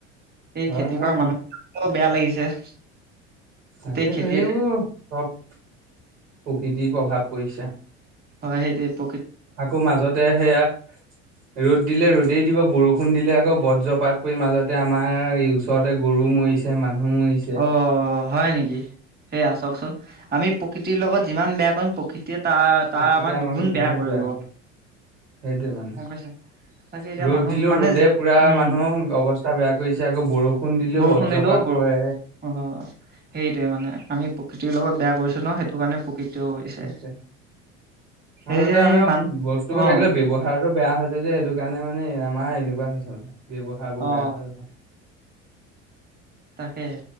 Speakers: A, on the right; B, on the right.
A: এই
B: হয়
A: খেতি
B: হয়
A: কৰা মানুহ বেয়া লাগিছে।
B: তাকেতো
A: গোটেই খেতি
B: এইবোৰ চব প্ৰকৃতিৰ প্ৰভাৱ পৰিছে।
A: হয় সেইটো প
B: আকৌ মাজতে সেয়া ৰ'দ দিলে ৰ'দেই দিব বৰষু বষুণ দিলে আকৌ বজ্ৰপাত পৰি মাজতে আমাৰ এই ওচৰতে গৰু মৰিছে মানুহ। মৰিছে
A: অ, হয় নেকি সেয়া চাওকচোন আমি প্ৰকৃতিৰ লগত যিমান বেয়া কৰিম প্ৰকৃতিয়ে তাৰ - তাৰ
B: প্ৰকৃতিয়ে
A: আমাৰ
B: আমাক
A: দুগুণ বেয়া
B: বহুত
A: কৰিব।
B: কৰে সেইটোৱে মানে।
A: গম পাইছা তাকে এতিয়া
B: ৰ'দ
A: মানুহ
B: দিলো
A: মানে
B: ৰ'দে পুৰা
A: উম
B: মানুহ অৱস্থা বেয়া কৰিছে আকৌ বৰষুণ দিলো
A: বৰষুণ
B: বজ্ৰপাত।
A: দিলেও
B: পৰে।
A: অ, সেইটোৱে মানে আমি প্ৰকৃতিৰ লগত বেয়া কৰিছো ন সেইটো কাৰণে প্ৰকৃতিও কৰিছে
B: তাক
A: সেয়াই
B: আচলতে আমি
A: মান
B: বস্তুবোৰ
A: অ
B: থাকিলে ব্যৱহাৰ টো। বেয়া হৈছে যে সেইটো কাৰণে মানে আমাৰ এনেকুৱা হৈছে মানে ব্যৱহাৰ বোৰ
A: অ
B: বেয়া হোৱা।
A: তাকে